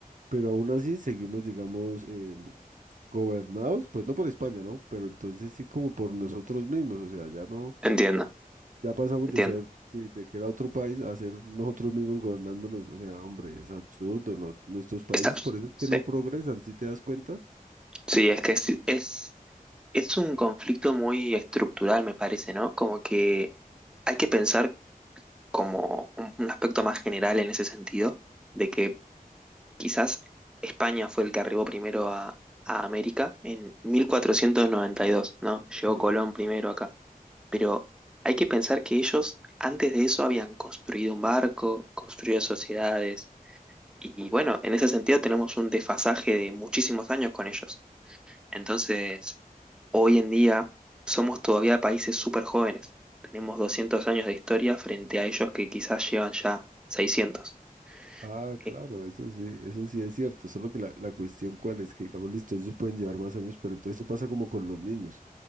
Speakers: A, on the right (about 60°); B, in the centre.
A: pero aún así seguimos, digamos, eh, gobernados, pues no por España, ¿no? Pero entonces sí como por nosotros mismos, o sea, ya no.
B: entiendo,
A: Ya pasamos
B: entiendo.
A: de ser, sí, de que era otro país a ser nosotros mismos gobernándonos. O sea, hombre, es absurdo, ¿no? Nuestros países,
B: Está-
A: por eso es
B: sí,
A: que no progresan, ¿sí te das cuenta?
B: sí, es que es, es, es un conflicto muy estructural, me parece, ¿no? Como que hay que pensar como un, un aspecto más general en ese sentido, de que quizás España fue el que arribó primero a, a América en 1492, ¿no? Llegó
A: Sí.
B: Colón primero acá, pero hay que pensar que ellos antes de eso habían construido un barco, construido sociedades, y bueno, en ese sentido tenemos un desfasaje de muchísimos años con ellos. Entonces... Hoy en día somos todavía países súper jóvenes. Tenemos 200 años de historia frente a ellos que quizás llevan ya seiscientos.
A: Ah,
B: Eh,
A: claro, eso sí, eso sí es cierto. Solo que la, la cuestión cuál es, que digamos, listo, ellos pueden llevar más años, pero entonces eso pasa como con los niños,